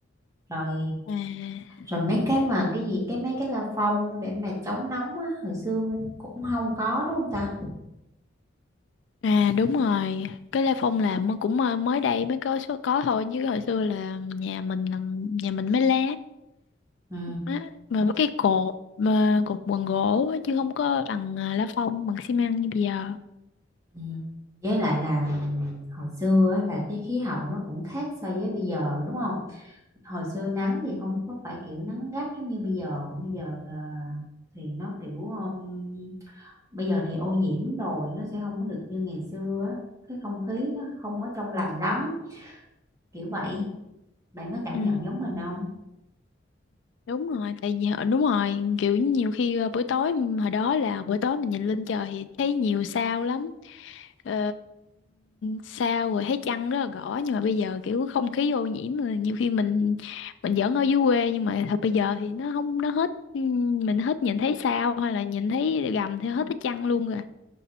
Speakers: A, on the right; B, on the left.
A: rồi
B: à
A: rồi mấy cái mà cái gì cái mấy cái la phong để mà chống nóng á hồi xưa mình cũng không có đúng không ta
B: à đúng rồi cái La Phong là mới- cũng ờ, mới đây mới có số có thôi chứ hồi xưa là nhà mình là nhà mình mới lá
A: ừ
B: á mà mấy cái cột mà cột bằng gỗ á, chứ không có bằng à, lá phong bằng xi măng như bây giờ
A: Ừ. Với lại là ừm, hồi xưa á, là cái khí hậu nó cũng khác so với bây giờ đúng không? Hồi xưa nắng thì không có phải kiểu nắng gắt giống như bây giờ. Bây giờ ờ, thì nó kiểu ừm, bây giờ thì ô nhiễm rồi nó sẽ không có được như ngày xưa á. Cái không khí nó không có trong lành lắm kiểu vậy. Bạn có cảm
B: Ừ,
A: nhận giống mình không?
B: đúng rồi tại vì họ- đúng rồi kiểu nhiều khi ờ, buổi tối m- hồi đó là buổi tối mình nhìn lên trời thì thấy nhiều sao lắm ờ, sao rồi thấy trăng rất là rõ nhưng mà bây giờ kiểu không khí ô nhiễm rồi nhiều khi mình mình giỡn ở dưới quê nhưng mà thật bây giờ thì nó không nó hết ừ, mình hết nhìn thấy sao hay là nhìn thấy gầm thì hết thấy trăng luôn rồi